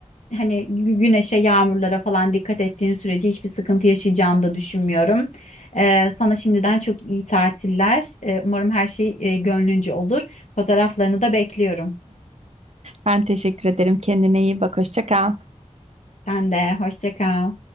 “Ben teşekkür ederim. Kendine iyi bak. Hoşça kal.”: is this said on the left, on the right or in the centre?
Right